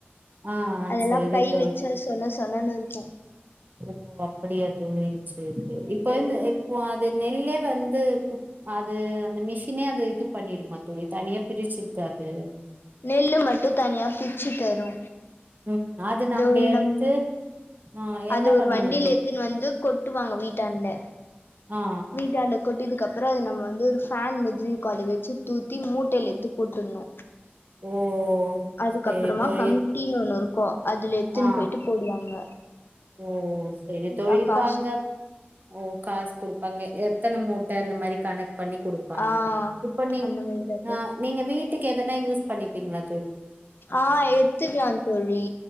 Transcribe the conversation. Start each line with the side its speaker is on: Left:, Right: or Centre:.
Right: ஆ
Left: அதெல்லா
Right: சேரி
Left: கை
Right: தோழி
Left: வச்சா சொன்ன சொன்னு இருக்கு
Right: ஓ அப்படியா தோழி சரி சரி
Left: ஆமாங்
Right: இப்ப
Left: தோழி
Right: இந்த இப்போ அது வந்து அது அந்த மிஷினே அது இது பண்ணிடுமா தோழி தனியா பிரிச்சிருதா அது
Left: நெல்லு மட்டு தனியா பிச்சு தரு
Right: உம் அது நம்ப
Left: ஒரு
Right: எடுத்து
Left: நம்
Right: ஆ என்ன
Left: அது ஒரு
Right: பண்ணணு
Left: வண்டில
Right: தோ
Left: எடுத்துனு வந்து கொட்டுவாங்க வீட்டாண்ல
Right: ஆ
Left: வீட்டாண்ட கொட்டிதிக்தகா அப்றம் அத நம்ம வந்து ஒரு ஃபேன் மாதிரி இருக்கு அத வெச்சு தூத்தி மூட்டேல எடுத்து போட்டுர்ணு
Right: ஓ
Left: அதுக்கப்புறமா
Right: சேரி தோழி
Left: கம்ட்டின்னு ஒண்ணு இரு கோ அதுல எடுத்துனு
Right: ஆ
Left: போயிட்டு போடுவாங்க
Right: ஓ சேரி
Left: போட்டா
Right: தோழி இப்ப
Left: காசு
Right: அங்க ஓ காசு குடுப்பாங்க எத்தன மூட்ட அந்த மாரி கணக்கு பண்ணி குடுப்பாங்க
Left: ஆ
Right: இப்ப நீ
Left: அந்த மாரிதா தோழி
Right: நீங்க வீட் ட்டுக்கு எதனா யூஸ் பண்ணிப்பிங்களா
Left: ஆஹ் எத்துக்கலா தோழி